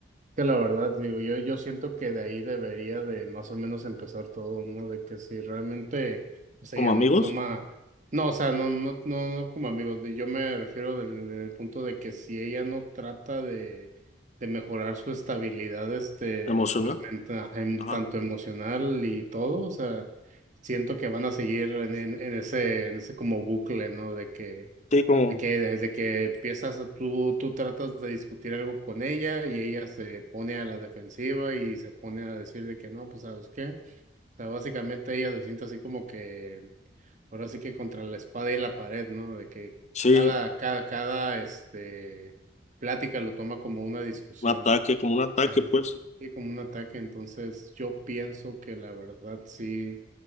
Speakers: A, on the right; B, on the left.
A: que la verdad, digo, yo, yo siento que de ahí debería de más o menos empezar todo, ¿no? De que si realmente, o sea,
B: ¿Como
A: ya
B: amigos?
A: no toma, no, o sea, no, no, no, no como amigos, de- yo me refiero del, del punto de que si ella no trata de, de mejorar su estabilidad, este,
B: ¿Emocional?
A: pues, mental,
B: Ajá.
A: tanto emocional y todo, o sea, siento que van a seguir en, en, en ese, en ese como bucle, ¿no? De que
B: Sí, como,
A: de que desde que empiezas, a- tú, tú tratas de discutir algo con ella y ella se pone a la defensiva y se pone a decir de que no, pues ¿sabes qué? O sea, básicamente ella se siente así como que, ahora sí que contra la espada y la pared, ¿no? De que
B: sí,
A: cada, cada, cada, este, plática lo toma como una discusión,
B: un ataque,
A: ¿no?
B: como un ataque,
A: Ajá.
B: pues.
A: Y como un ataque, entonces yo pienso que la verdad sí.